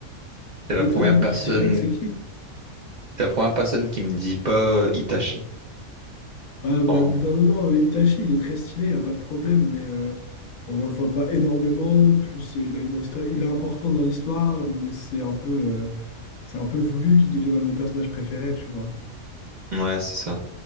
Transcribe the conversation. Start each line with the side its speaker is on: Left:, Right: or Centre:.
Right: c'est la
Left: Mais
Right: première
Left: toi, du
Right: personne,
Left: coup, tu dirais que c'est qui?
Right: t'es la première personne qui me dit pas euh, Itachi.
Left: Ah, bah,
Right: Enfin,
Left: au bout d'un moment, euh, Itachi, il est très stylé, il n'y a pas de problème, mais euh, on le voit pas énormément. Plus, euh, il a une histoire, il est important dans l'histoire, mais c'est un peu, euh, c'est un peu voulu qu'il devienne un de nos personnages préférés, tu vois.
Right: ouais, c'est ça.